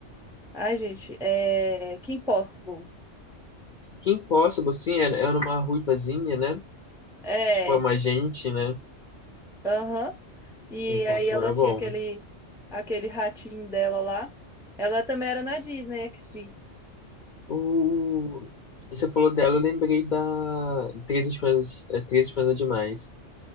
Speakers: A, in the centre; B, on the left (about 55°).
A: Ai, gente, é. Kim Possible.
B: Kim Possible, sim, era, era uma ruivazinha, né?
A: É.
B: Tipo, é uma gente, né?
A: Aham. E
B: Kim Possible
A: aí ela
B: era
A: tinha
B: bom.
A: aquele, aquele ratinho dela lá. Ela também era na Disney XD.
B: O... Você falou dela, eu lembrei da Três Espiãs, é, Três Espiãs é Demais.